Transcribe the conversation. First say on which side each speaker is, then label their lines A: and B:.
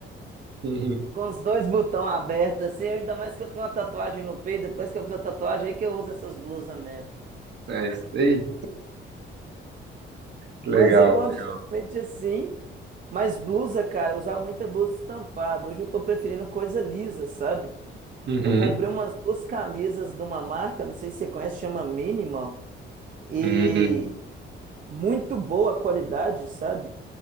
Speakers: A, on the right; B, on the right.
A: Uhum.
B: Com os dois botões abertos, assim. Ainda mais que eu tenho uma tatuagem no peito. Depois que eu fiz a tatuagem, aí que eu uso essas blusas mesmo.
A: É isso aí. Que
B: Mas
A: Legal,
B: eu ando
A: legal.
B: geralmente assim. Mas blusa, cara, eu usava muita blusa estampada. Hoje eu tô preferindo coisa lisa, sabe?
A: Uhum.
B: Eu comprei umas duas camisas de uma marca, não sei se você conhece, chama Minimal. E
A: Hum,
B: muito boa qualidade, sabe?